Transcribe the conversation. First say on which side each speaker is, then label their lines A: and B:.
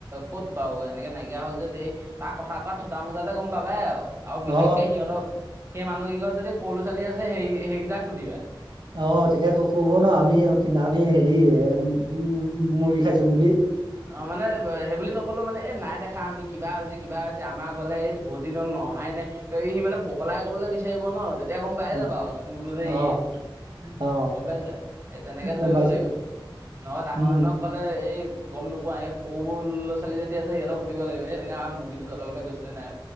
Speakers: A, on the right; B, on the right.
A: ক'ত বাৰু, এনেকে নাইকিয়া হ'ল যে এই, তাৰ কথা কোৱা থুটা - মোজাতে গম পাবাই আৰু। আৰু
B: অ
A: বিশেষকে সিহঁতৰ সেই মানুহকেইঘৰৰ যদি সৰু লৰা-ছোৱালী আছে সেই, সেইকেইটাক সুধিবা।
B: অ' তেতিয়া কব ন আমি সিদিনা খনে হেৰি মুৰ্গী খাইছিলো বুলি।
A: অ' মানে সেই বুলি নকলেও মানে এই নাই দেখা আমি কিবা হৈছে, কিবা হৈছে আমাৰ ঘৰলে এই বহুত দিনৰ লৈ অহাই নাই। ত সি মানে বহলাই কবলৈ বিচাৰিব ন। তেতিয়া গম পায়ে
B: অ
A: যাবা আৰু চোৰটো যে
B: অ
A: ইয়ে।
B: অ
A: গম পাইছা, এ তেনেকে
B: গম
A: ধৰিব
B: পাইছো
A: লাগিব। নহলে ডাঙৰ
B: উম
A: মানুহক ক'লে এই গম নোপোৱা, এই সৰু লৰা - ছোৱালী যদি আছে সিহঁতক সুধিব লাগিব, এনেকে আমাৰ মুৰ্গীটো তহতৰ ফালে গৈছিলেনে নাই?